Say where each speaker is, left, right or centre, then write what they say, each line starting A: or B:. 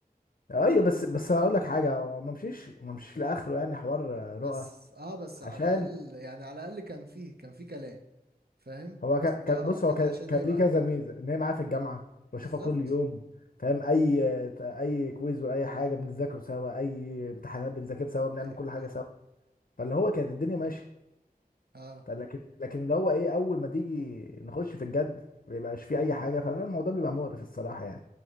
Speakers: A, on the left (about 65°); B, on the right (about 80°).
A: ايوه بس بس هقول لك حاجه هو ما مشيش ما مشيش لاخره يعني حوار
B: بس
A: رؤى
B: اه بس
A: عشان
B: على الاقل يعني على الاقل كان فيه كان فيه كلام فاهم
A: هو
B: بس
A: كان كان
B: اه
A: بص
B: كان
A: هو كان
B: عشان
A: كان
B: ايه بقى
A: ليه كذا ميزه ان هي معايا في الجامعه
B: بالظبط
A: بشوفها كل يوم فاهم اي اي كويز ولا اي حاجه بنذاكره سوا اي امتحانات بنذاكر سوا بنعمل
B: ايوه
A: كل حاجه
B: ايوه
A: سوا فاللي هو كانت الدنيا ماشيه
B: اه
A: فلكن لكن اللي هو ايه اول ما تيجي نخش في الجد ما بيبقاش فيه اي حاجه فالموضوع بيبقى مقرف الصراحه يعني